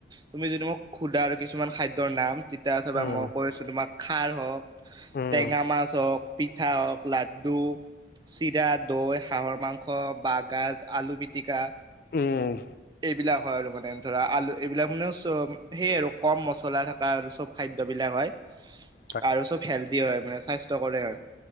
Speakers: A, on the right; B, on the left.
A: তুমি যদি মোক সুধা আৰু কিছুমান খাদ্যৰ নাম। তেতিয়া চাবা,
B: উম
A: মই কৈ আছোঁ তোমাক খাৰ হওঁক
B: উম
A: টেঙা মাছ হওঁক পিঠা হওঁক লাড্ডু চিৰা দৈ হাঁহৰ মাংস বাঁহগাজ আলু পিটিকা
B: উম।
A: এইবিলাক হয় আৰু মানে, ধৰা আলু এইবিলাক মানে চ সেই আৰু ক'ম মছলা থকা আৰু চব খাদ্যবিলাক হয়।
B: <unintelligible>
A: আৰু চব হেলডি হয়, মানে স্বাস্থ্যকৰে হয়।